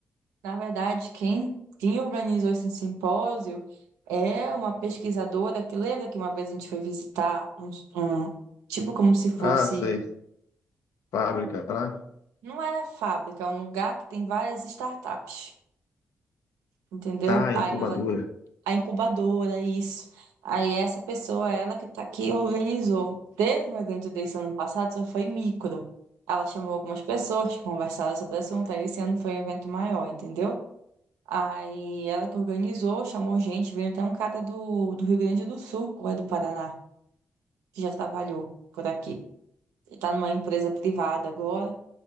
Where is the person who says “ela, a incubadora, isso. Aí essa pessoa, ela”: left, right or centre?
Right